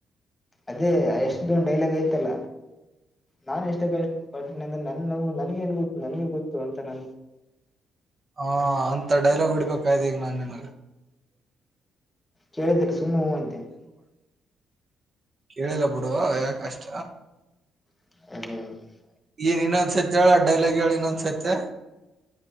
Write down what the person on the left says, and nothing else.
ಅದೇ ಎಷ್ಟ್ದು ಡೈಲಾಗ್ ಐ್ತಲ್ಲ ನಾನ್ ಎಷ್ಟಕ್ಕಷ್ಟ ಪಟ್ನೆ ಅಂದ್ರೆ ನೋವು ನನ್ಗ ನ್ ಗೊತ್ತು ನನಗ ಗೊತ್ತು ಅಂತ ನಾನು
ಕೇಳಿದಕ್ಕೆ ಸುಮ್ಮನೆ ಹೂ ಅಂತಿನಿ
ಹ